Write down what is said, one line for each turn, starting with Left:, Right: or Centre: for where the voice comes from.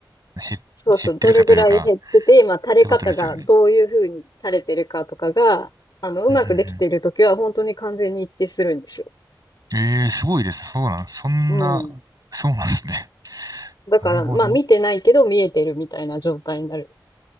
Right: 減減ってるかというか、
Left: そうそう、どれぐらい減ってて、
Right: っ
Left: まあ、垂れ方がどういうふうに垂れてるかとかが、
Right: てことですよね。
Left: あの、うまくできてるときは本当に完全に一致するんですよ。
Right: うんうんうん。ええーすごいです。そうなん、そんな、
Left: うん。
Right: そうなんですね。<laughs>
Left: だから、
Right: なるほど。
Left: まあ、見てないけど見えてるみたいな状態になる。